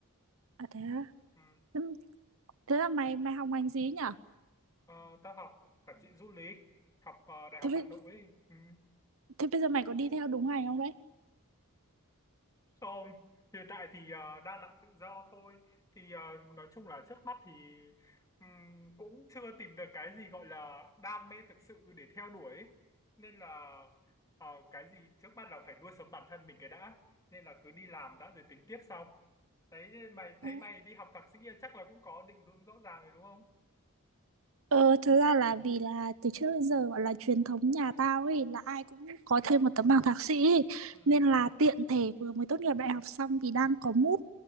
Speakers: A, on the right (about 65°); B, on the left (about 15°).
A: À thế á,
B: Ừ,
A: thế, thế là mày mày học ngành gì ấy nhở?
B: ờ, tao học quản trị du lịch, học ờ, Đại học
A: Thế, bây-
B: Hà Nội. Ừ.
A: thế bây giờ mày có đi theo đúng ngành không đấy?
B: Không, hiện tại thì ờ, đang làm tự do thôi. Thì ờ, nói chung là trước mắt thì ừm, cũng chưa tìm được cái gì gọi là đam mê thực sự để theo đuổi. ấy. Nên là ờ, cái gì trước mắt là phải nuôi sống bản thân mình cái đã. Nên là cứ đi làm đã rồi tính tiếp sau. Đấy, thế mày thấy
A: Ừ.
B: mày đi học thạc sĩ chắc là cũng có định hướng rõ ràng rồi đúng không?
A: Ờ, thực ra là vì là từ trước đến giờ gọi là truyền thống nhà tao ấy là ai cũng có thêm một tấm bằng thạc sĩ ấy.
B: Ừ.
A: Nên là tiện thể vừa mới tốt nghiệp đại học xong thì đang có mút